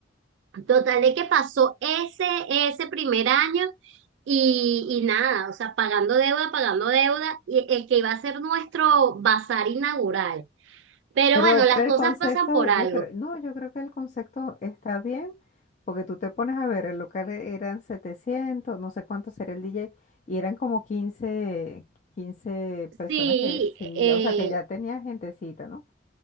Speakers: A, on the right; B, on the left.
A: Total de que pasó ese, ese primer año y, y nada, o sea, pagando deuda, pagando deuda, y el que iba a ser nuestro bazar inaugural. Pero
B: Pero,
A: bueno,
B: pero
A: las
B: el
A: cosas
B: concepto,
A: pasan por
B: yo
A: algo.
B: creo, no, yo creo que el concepto está bien, porque tú te pones a ver, el local e-, eran 700 no sé cuánto sería el DJ, y eran como quince quince personas
A: Sí,
B: que sí,
A: eh,
B: ya, o sea, que ya tenía gentecita, ¿no?